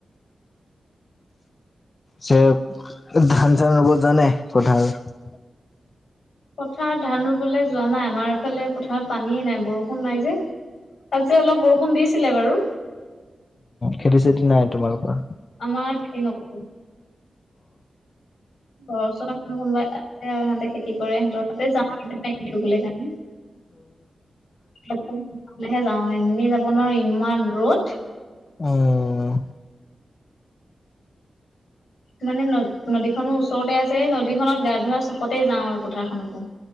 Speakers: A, on the left; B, on the left.
A: চে ধান চান ৰুব যোৱা নাই পথাৰত।
B: পথাৰত ধান ৰুবলে যোৱা নাই আমাৰ এইফালে পথাৰত পানীয়ে নাই বৰষুণ। বৰষুণ নাই যে আজি অলপ বৰষুণ দিছিলে বাৰু।
A: খেতি চেতি নাই তোমালোকৰ।
B: আমাৰ খেতি নকৰো। ঘৰৰ ওচৰত আপোনালোক কোনোবাই এ সিহঁতে খেতি। সিহতৰতে যাওঁ ৰুবলৈ কাৰণে <unintelligible> ক'লে হে যাওঁ এনেই যাব নোৱাৰি ইমান ৰ'দ।
A: অ'
B: মানে ন নদীখনো ওচৰতে আছে, নদীখনত গা ধুৱোৱা চখতে যাওঁ আৰু পথাৰখনতো।